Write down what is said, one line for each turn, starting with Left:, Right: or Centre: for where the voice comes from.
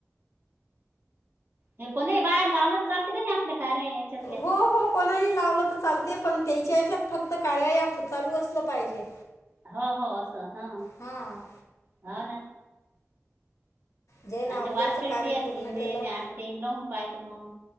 Right: हे कोण बाहेर लावलंच चालते का नाही आपल्या कार्य याच्यातल्या.
Left: हो हो कोणाही लावलं तर चालते पण त्याच्या याच्यात फक्त कार्य चालू असलं पाहिजे.
Right: हो, हो असं हा,
Left: हां.
Right: हाव ना.
Left: जेन
Right: आच्या
Left: अगोदरचं
Right: वारखेळची
Left: कार्य
Right: आहेत
Left: पूर्ण
Right: हिंगडे
Left: केलं.
Right: म आटलं ते लावून पाहतो म.